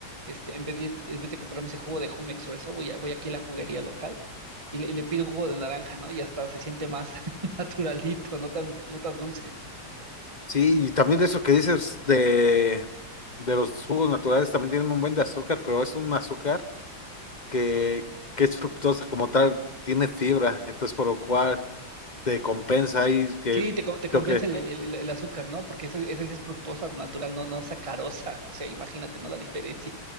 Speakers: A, on the right (about 15°); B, on the left (about 30°).
A: este, en vez de ir- en vez de comprarme ese jugo de Jumex o eso, voy, a- voy aquí a la juguería local y le, y le pido un jugo de naranja, ¿no? Y hasta se siente más <laughs> naturalito, no tan, no tan dulce.
B: sí, y también eso que dices de, de los jugos naturales, también tienen un buen de azúcar, pero es un azúcar que, que es fructosa como tal, tiene fibra, entonces por lo cual te compensa ahí que
A: Sí, te, co- te compensa
B: lo que...
A: el, el- el- el azúcar, ¿no? Porque esa, esa sí es fructosa natural, no, no sacarosa. O sea, imagínate, ¿no? La diferencia.